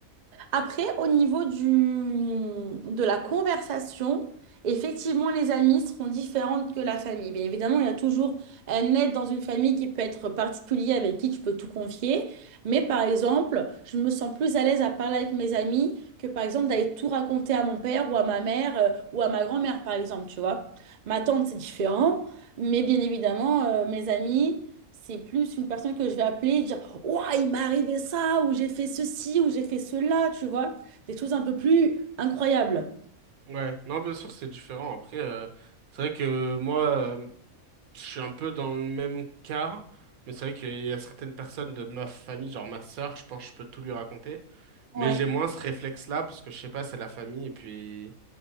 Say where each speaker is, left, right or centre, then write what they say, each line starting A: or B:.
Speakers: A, on the right; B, on the right.
A: Après, au niveau du, de la conversation, effectivement, les amis seront différentes que la famille. Bien évidemment, il y a toujours un aide dans une famille qui peut être particulier, avec qui tu peux tout confier. Mais par exemple, je me sens plus à l'aise à parler avec mes amis que par exemple d'aller tout raconter à mon père ou à ma mère euh, ou à ma grand-mère, par exemple, tu vois. Ma tante, c'est différent. Mais bien évidemment, euh, mes amis, c'est plus une personne que je vais appeler et dire. Ouah, il m'est arrivé ça, ou j'ai fait ceci, ou j'ai fait cela, tu vois. Des choses un peu plus incroyables.
B: Ouais, non, bien sûr, c'est différent. Après, euh, c'est vrai que moi. euh, Je suis un peu dans le même cas, mais c'est vrai qu'il y a certaines personnes de ma famille, genre ma sœur, je pense que je peux tout lui raconter,
A: Ouais.
B: mais j'ai moins ce réflexe-là parce que je sais pas, c'est la famille et puis